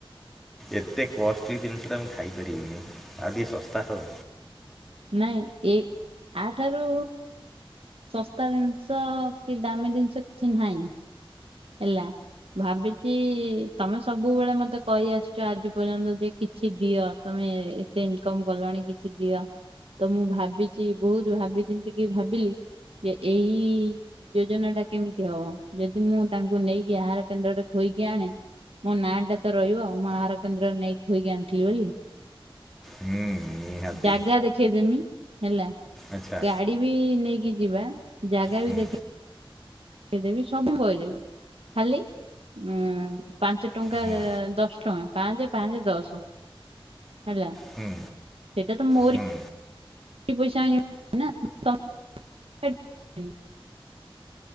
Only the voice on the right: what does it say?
ନାଇଁ, ଏ ଆଠାରୁ ଶସ୍ତା ଜିନିଷ କି ଦାମୀ ଜିନିଷ କିଛି ନାହିଁ ହେଲା। ଭାବିଚି ତମେ ସବୁବେଳେ ମତେ କହି ଆସିଚ ଆଜି ପର୍ଯ୍ୟନ୍ତ ଯେ କିଛି ଦିଅ ତମେ ଏତେ ଇନ୍କମ୍ କଲଣି କିଛି ଦିଅ। ତ ମୁଁ ଭାବିଚି ବହୁତ୍ ଭାବି ଚିନ୍ତିକି ଭାବିଲି ଯେ ଏଇ ଯୋଜନା ଟା କେମ୍ତି ହବ, ଯଦି ମୁଁ ତାଙ୍କୁ ନେଇକି ଆହାର କେନ୍ଦ୍ରରେ ଖୋଇକି ଆଣେ ମୋ ନାଁ ଟା ତ ରହିବ, ମୁଁ ଆହାର କେନ୍ଦ୍ରରେ ନେଇକି ଖୋଇକି ଆଣିଥିଲି ବୋଲି।
ଜାଗା ଦେଖେଇଦେମି ହେଲା,
ଗା ଡି ବି ନେଇକି ଯିବା, ଜାଗା
ବି ଦେଖେ ଇଦେବି ସବୁ <unintelligible> ଖାଲି ଉଁ ପାଞ୍ଚ ଟଙ୍କା
ଏ ଦଶ ଟଙ୍କା ପାଞ୍ଚେ-ପାଞ୍ଚେ ଦଶ। ହେଲା,
ସେଇଟା ତ ମୋରି
ପଇସା <inaudible> <inaudible>